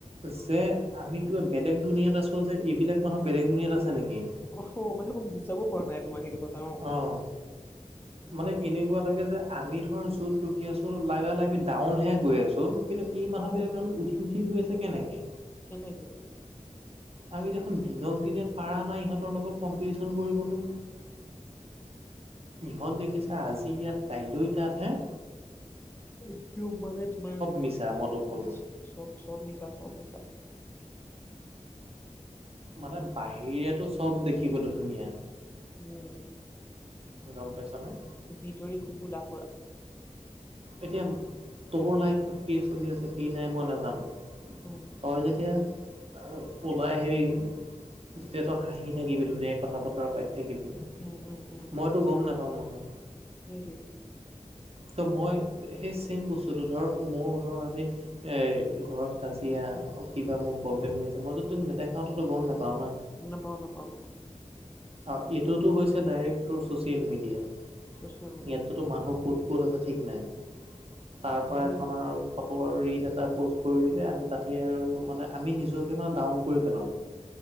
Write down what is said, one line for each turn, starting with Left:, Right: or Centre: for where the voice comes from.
Right: যে আমি কিবা বেলেগ দুনিয়াত আছো যে এইবিলাক মানুহ বেলেগ দুুনীয়াত আছে নেকি?
Left: অহ্হওঁ, মানে মই বুজাব পৰা নাই তোমাক সেইটো কথা। অ
Right: অঁ। মানে এনেকুৱা লাগে যে আমি ধৰ য'ত ৰখি আছো লাগিলে আমি ডাউনহে গৈ আছো কিন্তু এই মানুহবিলাক
Left: অ
Right: দেখোন উঠি উঠি গৈ আছে কেনেকে?
Left: কেনেকে?
Right: আমি দেখোন দিনক দিনে পাৰা নাই ইহঁতৰ লগত কম্পিটিচন কৰিবলে। ইহঁত দেখিছা আজি ইয়াত, কাইলৈ তাত হেঁ।
Left: <unintelligible> মানে তোমাৰ
Right: মিছা মই তোক ক'লো।
Left: চব মিছা মিছা।
Right: মানে বাহিৰেটো চব দেখিবটো ধুনীয়া।
Left: উম
Right: গম পাইছা নে?
Left: ভিতৰি কু কুলাপৰা।
Right: এতিয়া তোৰ লাইফত কি চলি আছে, কি নাই মই নাজানো।
Left: উম
Right: তই যেতিয়া আ ওলাই আহিবি যেতিয়া তই হাঁহি থাকিবি ধুনীয়াকে কথা- বতৰা পাতি। থাকিবি
Left: উম উম উম
Right: মইটো গম নাপাম নহয়।
Left: সেইটোৱে
Right: ত' মই সেই ছেম বস্তুটো ধৰক মোৰ ধৰ আজি এই ঘৰত কাজিয়া, কিবা মোৰ প্ৰব্লেম হৈ আছে। মই যদি তোক নেদেখাও তইটো গম নাপাৱ না।
Left: নেপাওঁ, নেপাওঁ নেপাওঁ।
Right: আৰু এইটোতো হৈছে ডাইৰেক্ট তোৰ চ'ছিয়েল মেডিয়া।
Left: চ'ছিয়েল মেড
Right: ইয়াততো মানুহ ক'ত ক'ত আছে ঠিক নাই, তাৰ পৰা
Left: মানে
Right: এখন আৰু ফটো আৰু ৰীল এটা প'ষ্ট কৰি দিলে আমি তাতে আৰু মানে, আমি নিজকে মানে ডাউন কৰি পেলাওঁ।